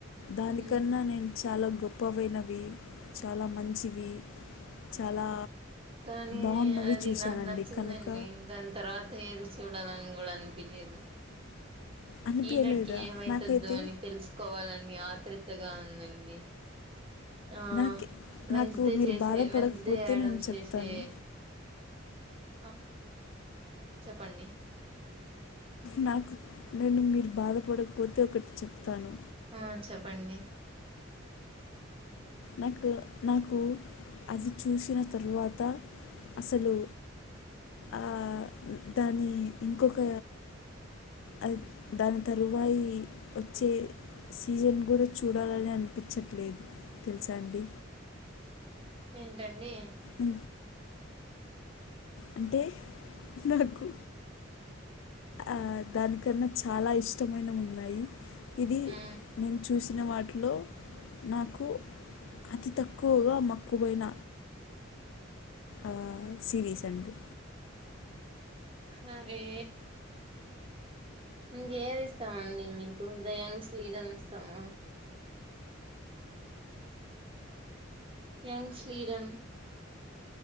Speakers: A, on the left (about 70°); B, on the right (about 25°).
A: దానికన్నా
B: మ్
A: నేను చాలా గొప్పవైనవి చాలా మంచివి చాలా
B: కానీ
A: బాగున్నవి
B: అది
A: చూశానండి
B: నాకు నచ్చిందండి
A: కనుక
B: దాని తర్వాత ఏది చూడాలని కూడా అనిపిలేదు
A: అనిపించలేదా
B: ఈనాటికి ఏమైతుందో
A: నాకైతే
B: అని తెలుసుకోవాలని ఆత్రుత్ తృతగా ఉందండి ఆ
A: నాకు
B: వెన్స్డే
A: నాకు మీరు
B: చేసే
A: బాధపడకపోతే
B: వెన్స్డే ఆడం
A: నేను
B: చేసే
A: చెప్తాను
B: ఆ చెప్పండి
A: నాకు నేను మీరు బాదపడకపోతే ఒకటి చెప్తాను
B: ఆ చెప్పండి
A: నాకు నాకు అది చూసిన తరువాత అసలు ఆ దాన్ని ఇంకొక అది దాని తరువాయి వచ్చే సీజన్ కూడా చూడాలని అనిపించట్లేదు తెల్సా అండి
B: ఏంటండి
A: ఉ అంటే నాకు ఆ దానికన్నా చాలా ఇష్టమైనవున్నాయి ఇది
B: ఆ
A: నేను చూసి సినా వాట్లో నాకు అతి తక్కువగా మక్కుపోయిన ఆ సిరీసండి
B: హరే ఇంకేది ఇష్టమండి మీకు ద యంగ్స్ లీడన్ ఇష్టమా యంగ్ స్లీడన్